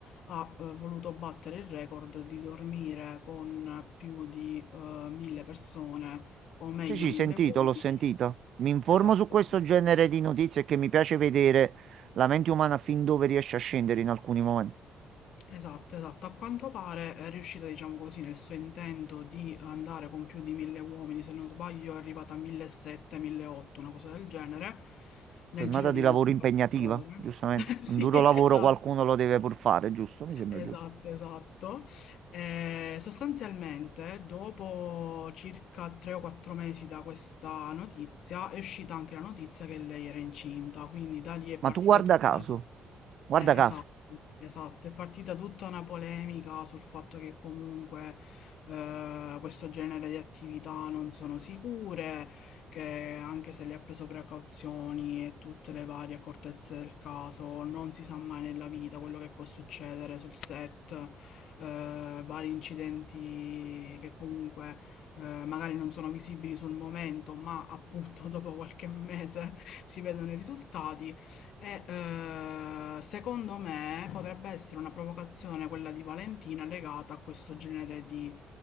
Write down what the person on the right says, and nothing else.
Sì, sì,
sentito,
l'ho sentito. Mi informo
su questo genere di notizie che mi piace vedere la mente umana fin dove riesce a scendere in alcuni momenti.
Giornata
di lavoro
impegnativa,
giustamente.
Un duro lavoro
qualcuno lo deve pur fare, giusto? Mi sembra
giusto.
Ma tu guarda
caso, guarda
caso.